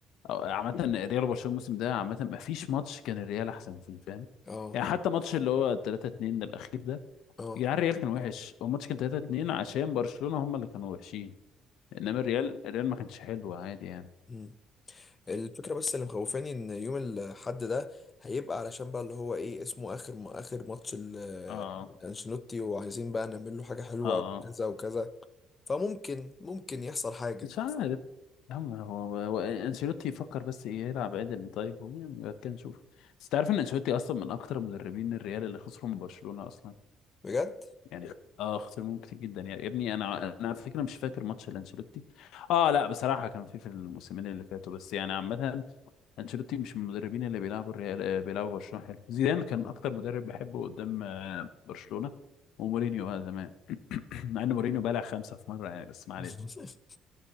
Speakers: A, on the left (about 75°); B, on the left (about 30°).
A: أو- عامة الريال وبرشلونة الموسم ده عامة ما فيش ماتش كان الريال أحسن فيه فاهم
B: اه
A: يعني حتى ماتش اللي هو 3 2 الأخير ده
B: اه
A: يا جدعان الريال كان وحش هو الماتش كان 3 2 عشان برشلونة هم اللي كانوا وحشين إنما الريال الريال ما كانش حلو عادي يعني
B: امم الفكرة بس اللي مخوفاني ان يوم الحد ده هيبقى علشان بقى اللي هو ايه اسمه اخر اخر ماتش ال-
A: اه
B: الانشيلوتي وعايزين بقى نعمل له حاجة حلوة
A: اه اه
B: وكذا وكذا فممكن ممكن يحصل حاجة
A: مش عارف يا عم هو هو- هو انشيلوتي يفكر بس إيه يلعب عدل طيب هو يعني بعد كده نشوف بس تعرف ان انشيلوتي اصلا من اكتر مدربين الريال اللي خسروا من برشلونة اصلا
B: بجد
A: يعني اه اختيار كتير جدا يا يا ابني انا انا على فكره مش فاكر ماتش لانشيلوتي اه لا بصراحه كان في في الموسمين اللي فاتوا بس يعني عامه انشيلوتي مش من المدربين اللي بيلعبوا الريال آه، بيلعبوا برشلونه حلو زيدان كان
B: آه.
A: اكتر مدرب بحبه قدام آه، برشلونه ومورينيو بقى زمان <clears throat> مع ان مورينيو بلع خمسه في مره يعني بس ما علينا
B: <laughs>